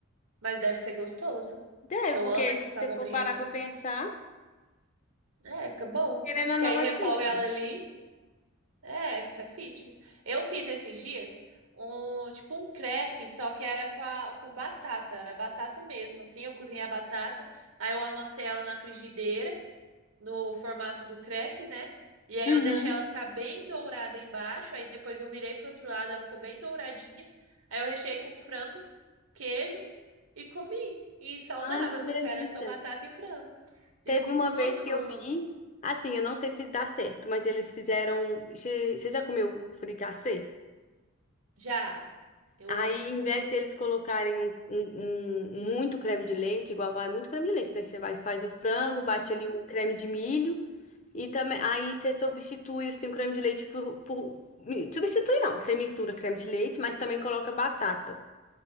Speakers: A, on the right; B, on the left.
A: mas deve ser gostoso.
B: Deve,
A: Que eu
B: porque
A: amo essas
B: se
A: abobrinhas
B: você for parar
A: aí.
B: pra pensar,
A: É, fica bom.
B: querendo ou
A: Que
B: não,
A: aí refoga
B: é fiction.
A: ela ali. É, fica fitness. Eu fiz esses dias um tipo um crepe, só que era com, a- com batata, era batata mesmo, assim. Eu cozinhei a batata, aí eu amassei ela na frigideira no formato do crepe, né? E aí
B: Uhum.
A: eu deixei ela ficar bem dourada embaixo, aí depois eu virei pro outro lado, ela ficou bem douradinha. Aí eu recheei com frango, queijo e comi. E saudável,
B: Ai, que delícia.
A: porque era só batata e frango. E
B: Teve
A: ficou
B: uma
A: muito
B: vez que
A: gostoso.
B: eu vi, assim, eu não sei se dá certo, mas eles fizeram. Você você já comeu fricassê?
A: Já, eu
B: Aí,
A: amo fricassê.
B: em vez deles colocarem um, um- um- um muito creme de leite, igual vai muito creme de leite, né? Você vai, faz o frango, bate
A: Uhum.
B: ali o creme de milho e também aí você substitui assim o creme de leite por, por- mi- substitui não, você mistura creme de leite, mas também coloca batata.